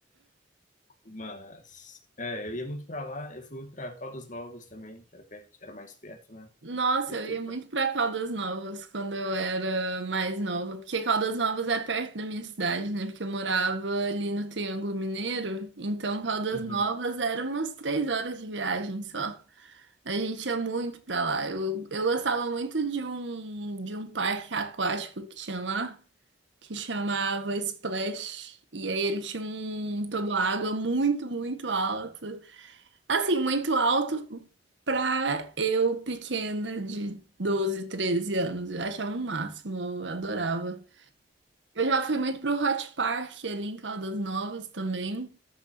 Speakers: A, on the left; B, on the right.
A: Mas, é, eu ia muito pra lá, eu fui pra Caldas Novas também, que era perto, era mais perto, né?
B: Nossa,
A: Deve
B: eu
A: ter.
B: ia muito
A: Tra...
B: pra Caldas Novas quando eu era mais nova, porque Caldas Novas é perto da minha cidade, né? Porque eu morava ali no Triângulo Mineiro, então Caldas
A: Uhum.
B: Novas era umas três horas de viagem só. A gente ia muito pra lá. Eu, eu gostava muito de um, de um parque aquático que tinha lá, que chamava Splash. E aí ele tinha um toboágua muito, muito alto. Assim, muito alto pra eu pequena de 12 13 anos. Eu achava o máximo, eu adorava. Eu já fui muito pro Hot Park ali em Caldas Novas também.